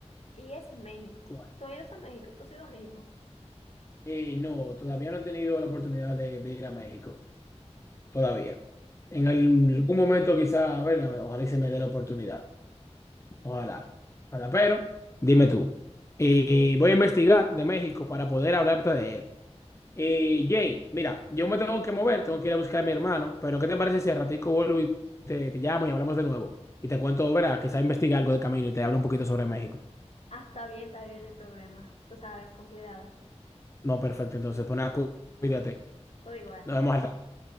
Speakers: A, on the left; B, on the left.
A: Y es México.
B: Cuba.
A: ¿Tú has ido a México? ¿Tú has ido a México?
B: Eh, no, todavía no he tenido la oportunidad de, de ir a México, todavía. En
A: Sí.
B: algún momento quizá, a ver, ojalá y se me dé la oportunidad. Ojalá, ojalá, pero dime tú. Y voy a investigar de México para poder hablarte de él. Eh, Jay, mira, yo me tengo que mover, tengo que ir a buscar a mi hermano, pero ¿qué te parece si al ratico vuelvo y te, te llamo y hablamos de nuevo? Y te cuento, verá, quizás investigue algo de camino y te hablo un poquito sobre México.
A: Ah, está bien, está bien, no hay problema. Tú sabes, con cuidado.
B: No, perfectto, entonces, pues nada, cu- cuídate.
A: Todo igual.
B: Nos vemos al